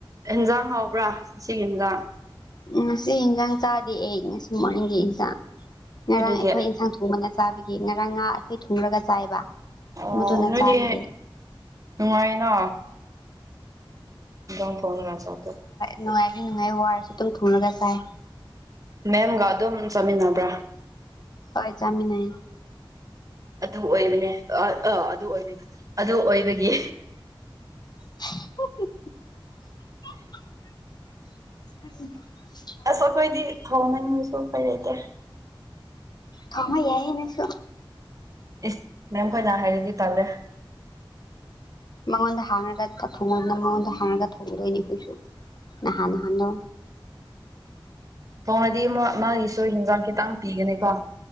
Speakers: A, on the right; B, on the left.
A: ꯏꯟꯖꯥꯡ ꯍꯥꯎꯕ꯭ꯔꯥ ꯁꯤꯒꯤ ꯏꯟꯖꯥꯡ
B: ꯉꯁꯤ ꯏꯟꯁꯥꯡ ꯆꯥꯗꯦ ꯑꯩ ꯉꯁꯤ ꯃꯣꯔꯅꯤꯡꯒꯤ ꯏꯟꯁꯥꯡ ꯉꯔꯥꯡ
A: ꯀꯔꯤꯒꯤ
B: ꯑꯩꯈꯣꯏ ꯏꯟꯁꯥꯡ ꯊꯣꯡ ꯊꯣꯡꯕꯅ ꯆꯥꯕꯤꯒꯦ ꯉꯔꯥꯡ ꯉꯥ ꯑꯩꯈꯣꯏ ꯊꯨꯡꯨꯔꯒ ꯆꯥꯏꯕ
A: ꯑꯣ
B: ꯃꯗꯨꯅ
A: ꯅꯣꯏꯗꯤ
B: ꯆꯥꯕꯤꯒꯦ
A: ꯅꯨꯡꯉꯥꯏꯅ ꯝ ꯐꯥꯎꯅꯔꯁꯗ <inaudible>
B: ꯅꯨꯡꯉꯥꯏꯈ ꯅꯨꯡꯉꯥꯏ ꯋꯥꯔꯁꯨ ꯑꯗꯨꯝ ꯊꯣꯡꯉꯒ ꯆꯥꯏ
A: ꯃꯦꯝꯒ ꯑꯗꯨꯝ ꯆꯠꯃꯤꯟꯅꯕ꯭ꯔꯥ
B: ꯍꯣꯏ ꯆꯠꯃꯤꯟꯅꯩ
A: ꯑꯗꯨ ꯑꯣꯏꯕꯅꯦ ꯑ ꯑꯥ ꯑꯗꯨ ꯑꯣꯏꯕꯅꯤꯗ ꯑꯗꯨ ꯑꯣꯏꯕꯒꯤ
B: <inaudible>
A: ꯑꯁ ꯑꯩꯈꯣꯏꯗꯤ ꯊꯣꯡꯅꯦ ꯃꯣꯏꯁꯨ ꯀꯩ ꯂꯩꯇꯦ
B: ꯈꯥꯃꯣ ꯌꯥꯏꯌꯦ ꯅꯪꯁꯨ
A: ꯏꯁ ꯃꯦꯝ ꯈꯣꯏꯅ ꯍꯥꯏꯔꯗꯤ ꯇꯥꯜꯂꯦ
B: ꯃꯉꯣꯟꯗ ꯍꯥꯡꯉꯒ ꯊꯣꯡꯉꯅ ꯃꯉꯣꯟꯗ ꯍꯥꯡꯉꯒ ꯊꯣꯡꯒꯗꯣꯏꯅꯤ ꯑꯩꯈꯣꯏꯁꯨ ꯅꯍꯥꯟ ꯅꯍꯥꯟꯗꯣ
A: ꯊꯣꯡꯅꯗꯤ ꯃꯥꯒꯤꯁꯨ ꯍꯟꯖꯥꯡ ꯈꯤꯇꯪ ꯄꯤꯒꯅꯤꯀꯣ